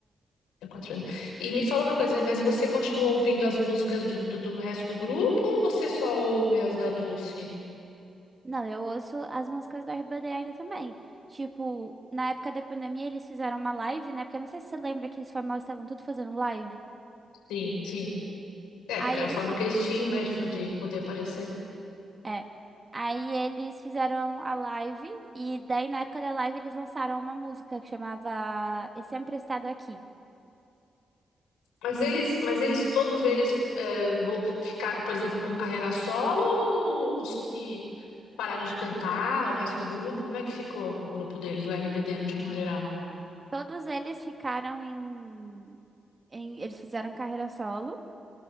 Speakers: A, on the left; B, on the right.
A: Tem quatro anos. E me fala uma coisa aí, mas você continua ouvindo as músicas de- do, do resto do grupo ou você só ouve as da Dulce?
B: Não, eu ouço as músicas da RBD ainda também. Tipo, na época da pandemia eles fizeram uma live, né? Porque eu não sei se você lembra que os famosos estavam tudo fazendo live.
A: Sim, sim. É,
B: Aí
A: porque era
B: eles,
A: a forma
B: fi-
A: que eles tinham, né, de, fa- de poder aparecer.
B: é. Aí eles fizeram a live e daí na época da live eles lançaram uma música que chamava Esse Emprestado Aqui.
A: Mas eles, mas eles, todos eles é, vo- ficaram, por exemplo, como carreira solo, ou os que pararam de cantar, o resto do grupo, como é que ficou o grupo deles, o RBD no, no geral?
B: Todos eles ficaram em, em- eles fizeram carreira solo